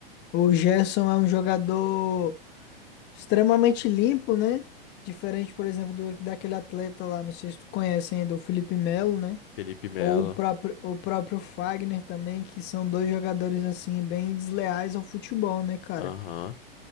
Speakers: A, on the left; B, on the left.
A: O Gerson é um jogador. extremamente limpo, né? Diferente, por exemplo, do, daquele atleta lá, não sei se tu conhece ainda, o Felipe Melo, né?
B: Felipe Melo.
A: Ou o próprio, o próprio Fagner também, que são dois jogadores, assim, bem desleais ao futebol, né, cara?
B: Aham.